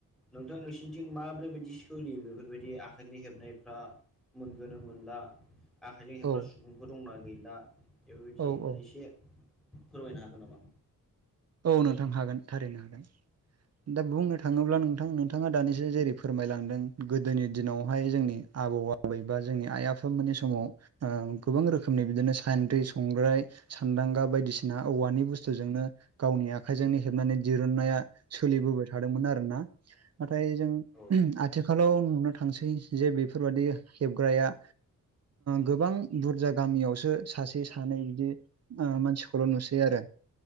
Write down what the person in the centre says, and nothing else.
नोंथाङा नोंसोरनिथिं माब्रैबायदि सोलियो बेफोरबायदि आ आखाइनि हेबनायफ्रा मोनगोनो मोनला आखाइजों हेबग्रा
सुबुंफोर दंना गैला बेफोरबायदि
माने
एसे फोरमायनो हागोन नामा
<inaudible>
औ